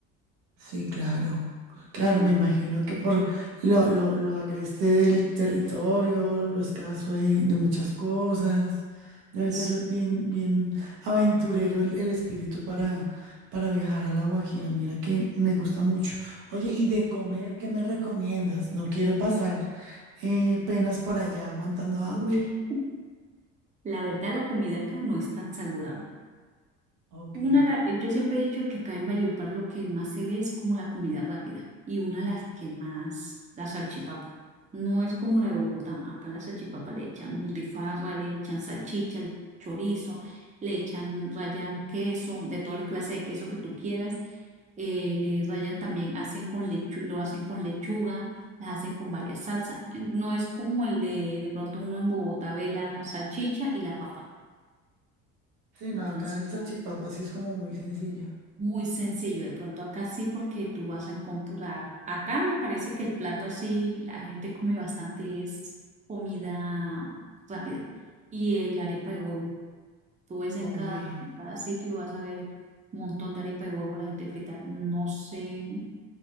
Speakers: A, on the right (about 85°); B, on the right (about 20°).
A: Sí, claro. Claro,
B: La comida.
A: me imagino que por lo, lo, lo agreste del territorio, lo escaso de, de muchas cosas, debe
B: es-
A: ser bien, bien aventurero el, el espíritu para, para viajar a La Guajira. Mira que me gusta mucho. Oye, ¿y de comer qué me recomiendas? No quiero pasar eh, penas por allá aguantando hambre.
B: <laughs> La verdad, la comida acá no es tan saludable.
A: Ok.
B: Una, la- yo siempre he dicho que acá en Valledupar lo que más se ve es como la comida rápida y una de las que más, la salchipapa. No es como la de Bogotá, acá la salchipapa le echan butifarra, le echan salchicha, chorizo, le echan, rayan queso, de todas las clases de queso que tú quieras. eh, le rayan también, hacen con lechu- lo hacen con lechuga, las hacen con varias salsas. No es como el de, de pronto uno en Bogotá ve la salchicha y la papa.
A: Sí, no,
B: Entonces,
A: acá el salchipapa
B: no.
A: sí es como muy sencilla.
B: Muy sencillo, de pronto acá sí, porque tú vas a encontrar, o sea, acá me parece que el plato así, la gente come bastante es comida rápida. Y el arepa de huevo, tú ves en
A: Oye.
B: cada, en cada sitio, vas a ver un montón de arepa de huevo, la gente frita. No sé,